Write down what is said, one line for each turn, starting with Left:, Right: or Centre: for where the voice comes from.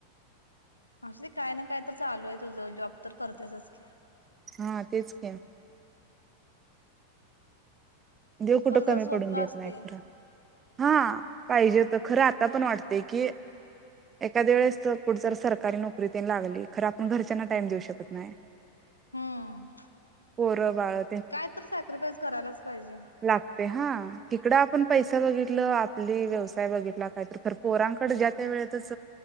Left: असूदे काय ना काय तर चालू हाय तुझं जॉब तर करतेसच की.
Right: हा तेचकी. देव कुठं
Left: खरं जरा
Right: कमी
Left: स्वप्न
Right: पडून देत
Left: असते
Right: नाही खरं. हा पाहिजे होतं खरं आ आतापण वाटतंय की, एखाद्या वेळेस कुठ जर सरकारी नोकरी तेन लागली, खरं आपण घरच्यांना टाइम देऊ शकत न्हाय.
Left: हम्म.
Right: पोरं बाळ
Left: कायतर सॅक्रीफाईस करायलाच पाहिजे.
Right: लागतंय हां. इकडं आपण पैसा बघितलं, आपली व्यवसाय बघितला काहीतर खर पोरांकड ज्या त्या वेळातच,